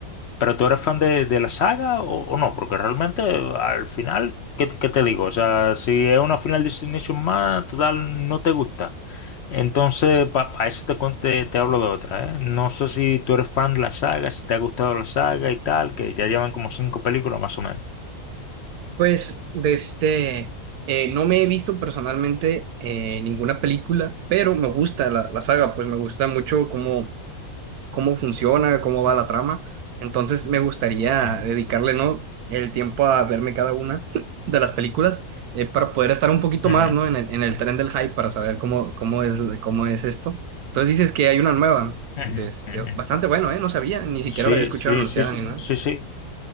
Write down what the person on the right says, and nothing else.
Pues, de este, eh, no me he visto personalmente eh, ninguna película, pero me gusta la, la saga, pues me gusta mucho cómo, cómo funciona, cómo va la trama. Entonces me gustaría
dedicarle, ¿no? el tiempo a verme cada una <laughs> de las películas eh, para poder estar un poquito
más, ¿no? en el, en el tren del hype para saber cómo, cómo es, cómo es esto. Entonces dices que hay una nueva,
de este,
bastante bueno, ¿eh? No sabía, ni siquiera
la había escuchado
anunciada
ni nada.